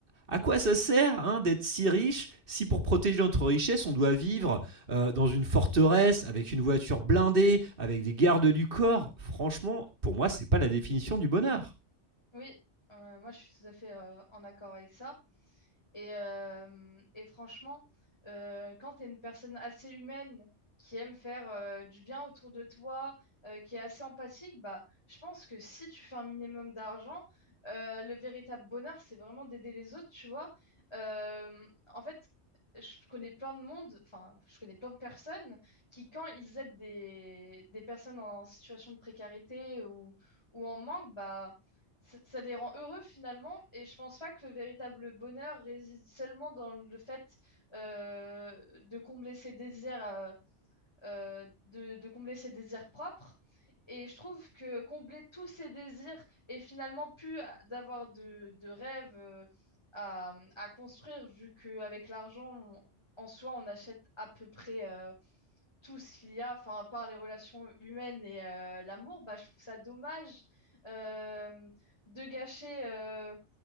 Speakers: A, on the right (about 50°); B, on the left (about 25°).
A: à, quoi ça sert hein, d'être si riche si pour protéger notre richesse, on doit vivre euh, dans une forteresse avec une voiture blindée, avec des gardes du corps Franchement, pour moi, c'est pas la définition du bonheur.
B: oui, euh, moi je suis tout à fait euh, en accord avec ça. Et, euh, et franchement, euh, quand tu es une personne assez humaine qui aime faire euh, du bien autour de toi, euh, qui est assez empathique, bah, je pense que si tu fais un minimum d'argent, euh, le véritable bonheur, c'est vraiment d'aider les autres, tu vois. Euh, en fait, je connais plein de monde, enfin, je connais plein de personnes qui, quand ils aident des, des personnes en situation de précarité ou, ou en manque, bah, ça, ça les rend heureux finalement. Et je pense pas que le véritable bonheur réside seulement dans le fait euh, de combler ses désirs, euh, euh, de, de combler ses désirs propres. Et je trouve que combler tous ses désirs et finalement plus d'avoir de, de rêves euh, à, à construire, vu qu'avec l'argent, on- en soi, on achète à peu près euh, tout ce qu'il y a, enfin, à part les relations humaines et euh, l'amour, bah, je trouve ça dommage euh, de gâcher euh,